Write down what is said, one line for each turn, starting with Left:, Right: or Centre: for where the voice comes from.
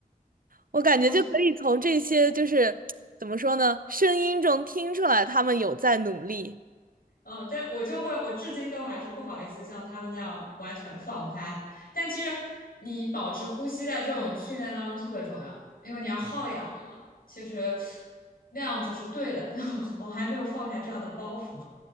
Right: 我感觉就可以从这些就是怎么说呢，
Left: 我就
Right: 声音中听出来他们有在努力。
Left: 嗯，但我就会，我至今都还是不好意思像他们那样完全放开。但其实你保持呼吸在这种训练当中特别重要，因为你要耗氧的嘛。其实那样子是对的，但我我还没有放下这样的包袱。